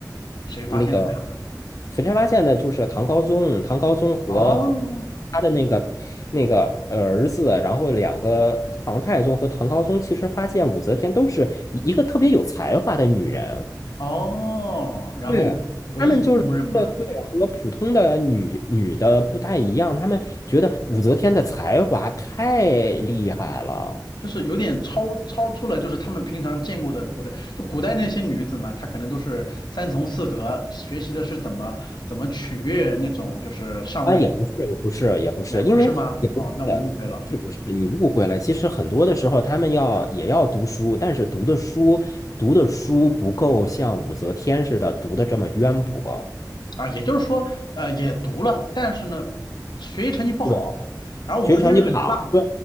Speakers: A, on the left; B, on the left.
A: 谁发现了她？
B: 那个沈山发现呢，就是唐高宗，唐高宗和和
A: 哦
B: 他的那个那个儿子，然后两个唐太宗和唐高宗，其实发现武则天都是一一个特别有才华的女人。
A: 哦，然后委以重任吗？
B: 对，他们就是呃对，和普通的女女的不太一样，他们觉得武则天的才华太厉害了
A: 就是有点超超出了，就是他们平常见过的古代，就古代那些女子嘛，她可能都是三从四德，学习的是怎么怎么取悦那种就是上位，
B: 啊，也不是，也不是，也不是，
A: 哎，不是吗？
B: 因为也不是的，
A: 哦，那我误会了
B: 是不是？你误会了。其实很多的时候，他们要也要读书，但是读的书读的书不够像武则天似的读的这么渊博。
A: 啊，也就是说，呃，也读了，但是呢，学习成绩不好，
B: 对。
A: 然后武则天是个学霸
B: 学习成绩不好，对，